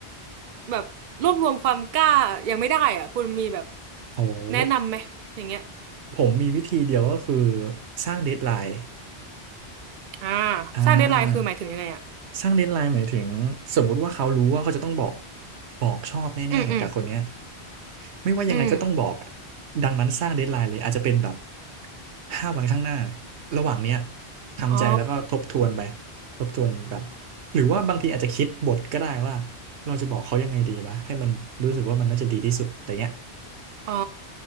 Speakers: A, on the right (about 55°); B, on the right (about 80°).
A: แบบรวบรวมความกล้ายังไม่ได้อะคุณมีแบบ
B: โอ้โห
A: แนะนำไหมอย่างเงี้ย
B: ผมมีวิธีเดียวก็คือสร้างเดดไลน์
A: อ่า
B: อ่า
A: สร้างเดดไลน์คือหมายถึงยังไงอะ
B: สร้างเดดไลน์หมายถึงสมมุติว่าเขารู้ว่าเขาจะต้องบอกบอกชอบแน่ๆกับคนเนี้ย
A: อืมอืม
B: ไม่ว่ายังไงก็ต้องบอกอะ
A: อืม
B: ดังนั้นสร้างเดดไลน์เลยอาจจะเป็นแบบห้าวันข้างหน้าระหว่างเนี้ยทำใจแล้วก็ทบทวนไป
A: อ๋อ
B: ทบทวนแบบหรือว่าบางทีอาจจะคิดบทก็ได้ว่าเราจะบอกเขายังไงดีวะให้มันรู้สึกว่ามันน่าจะดีที่สุดแต่เนี้ย
A: อ๋อ